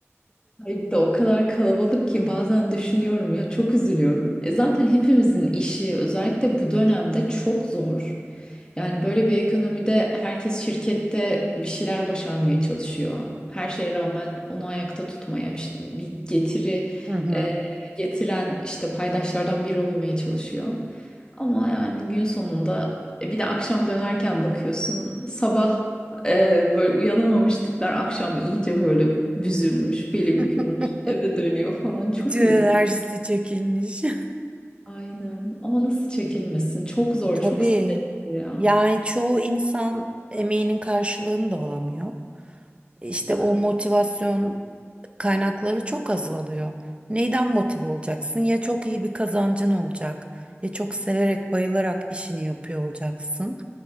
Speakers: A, on the left; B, on the right.
A: Ay bir de o kadar kalabalık ki bazen düşünüyorum ya çok üzülüyorum. E zaten hepimizin işi özellikle bu dönemde çok zor. Yani böyle bir ekonomide herkes şirkette bir şeyler başarmaya çalışıyor. Her şeye rağmen onu ayakta tutmaya bir, bir getiri
B: Hı hı.
A: e, getiren işte paydaşlardan biri olmaya çalışıyor. Ama yani gün sonunda e, bir de akşam dönerken bakıyorsun sabah ee, böyle uyanamamış tipler akşam iyice böyle büzülmüş, beli
B: <laughs>
A: bükülmüş, eve dönüyor falan. Çok
B: Bütün
A: üzücü.
B: enerjisi çekilmiş.
A: Aynen. Ama nasıl çekilmesin? Çok
B: <laughs>
A: zor,
B: Tabii.
A: çok stresli ya.
B: Yani çoğu insan emeğinin karşılığını da alamıyor. İşte
A: Aynen.
B: o motivasyon kaynakları çok azalıyor. Neyden motive olacaksın? Ya çok iyi bir kazancın olacak, ya çok severek, bayılarak işini yapıyor olacaksın.